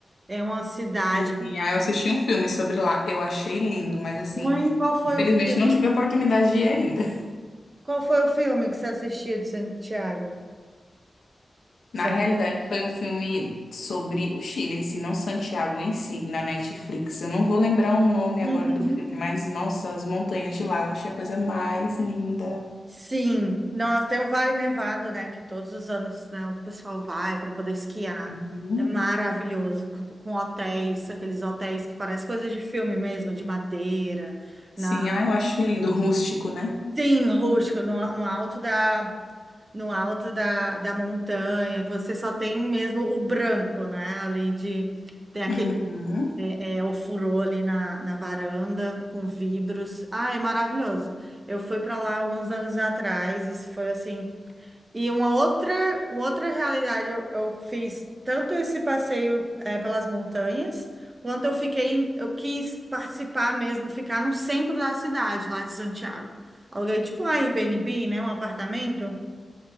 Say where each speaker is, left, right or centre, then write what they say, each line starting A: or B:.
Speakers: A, on the right; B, on the left.
A: é uma cidade.
B: E aí eu assisti um filme sobre lá. Eu achei lindo, mas assim,
A: Mãe, qual foi
B: infelizmente
A: o filme?
B: não tive a oportunidade de ir ainda.
A: Qual foi o filme que você assistiu de Santiago? Seu-
B: Na realidade, foi um filme sobre o Chile em si, não Santiago em si, na Netflix. Eu não vou lembrar o nome
A: Uhum.
B: agora do filme, mas nossa, as montanhas de lá, eu achei a coisa mais linda.
A: Sim, nós tem o Vale Nevado, né? Que todos os anos, né, o pessoal vai para poder esquiar.
B: Uhum.
A: É maravilhoso, com com hotéis, aqueles hotéis que parecem coisas de filme mesmo, de madeira,
B: Sim,
A: na
B: ah, eu acho lindo, rústico, né?
A: sim, rústico, no, no alto da no alto da, da montanha, que você só tem mesmo o branco, né? Ali de tem aquele
B: Uhum,
A: é, ofurô ali na, na varanda com vidros. Ah, é maravilhoso. Eu fui para lá alguns anos atrás, isso foi assim E uma outra, uma outra realidade, eu, eu fiz tanto esse passeio eh, pelas montanhas, quanto eu fiquei, em- eu quis participar mesmo, ficar no centro da cidade, lá de Santiago. Aluguei tipo um Airbnb, né, um apartamento,